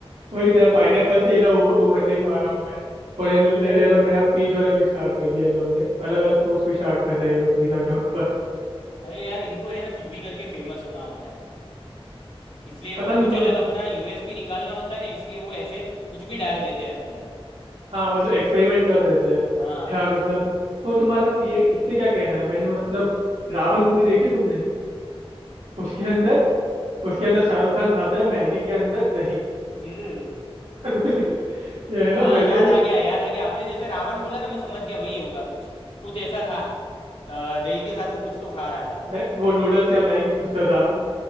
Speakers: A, on the right; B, on the left.
A: वही तो यार पाइनएप्पल से ये ना उभ- उभर नहीं पा रहा हूँ मैं और ये ल- ये लोग नया पीच वाले भी स्टार्ट कर दिया इन लोगों ने अलग अलग फ्रूट्स भी स्टार्ट कर रहे हैं ये लोग पिज्जा के ऊपर
B: अरे यार इनको है ना कुछ भी करके फेमस होना होता है इसलिए अ,
A: पता नहीं
B: कुछ
A: मतलब
B: अलग अपना यूएसपी निकालना होता है ना इसलिए वो ऐसे कुछ भी डाल देते हैं अंदर
A: हाँ मतलब एक्सपेरिमेंट कर देते हैं
B: हाँ
A: यार मतलब वो तुम्हारा ये इस पे क्या कहना है मैंने मतलब रावण मूवी देखी तुमने उसके अंदर उसके अंदर शाहरुख खान खाता है मैगी के अंदर दही
B: इर,
A: <laughs> ये है ना
B: हाँ
A: मेरे
B: याद
A: को भी
B: आ गया याद आ गया आपने जैसे रावण बोला ना मैं समझ गया वही होगा कुछ कुछ ऐसा था अ, दही के साथ वो कुछ तो खा रहा था
A: मैं, वो नूडल्स या मैगी कुछ तो था